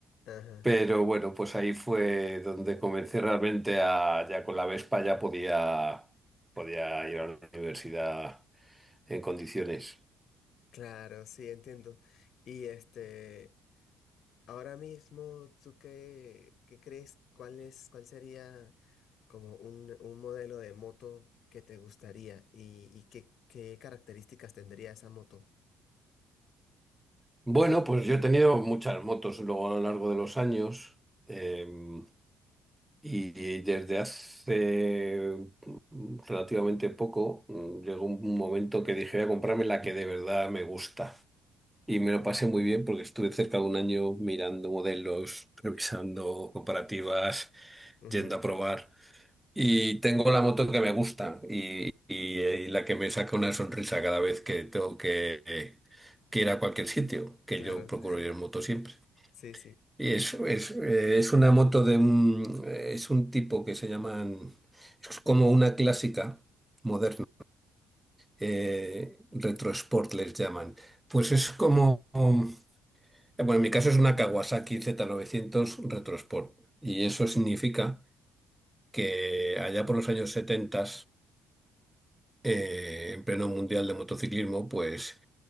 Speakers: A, on the left; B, in the centre.
A: Ajá.
B: Pero bueno, pues ahí fue donde comencé realmente a, ya con la Vespa ya podía, podía ir a la universidad en condiciones.
A: Claro, sí, entiendo. Y este, Ahora mismo, ¿tú qué, qué crees? ¿Cuál es, cuál sería como un, un modelo de moto que te gustaría y, y qué, qué características tendría esa moto?
B: Bueno, pues yo he tenido muchas motos luego a lo largo de los años em, y, y desde hace mm, relativamente poco mm, llegó un momento que dije voy a comprarme la que de verdad me gusta y me lo pasé muy bien porque estuve cerca de un año mirando modelos, revisando comparativas,
A: Ujú,
B: yendo a probar y tengo la moto que me gusta y, y- eh, y la que me saca una sonrisa cada vez que tengo que, eh, que ir a cualquier sitio, que
A: claro,
B: yo procuro ir en moto siempre.
A: sí, sí.
B: Es,
A: Y,
B: es, eh, es una moto de un, eh, es un tipo que se llaman, es como una clásica moderna, eh, retro sport les llaman. Pues es como, um, eh, bueno, en mi caso es una Kawasaki z novecientos retro sport y eso significa que allá por los años 70, eh, en pleno mundial de motociclismo, pues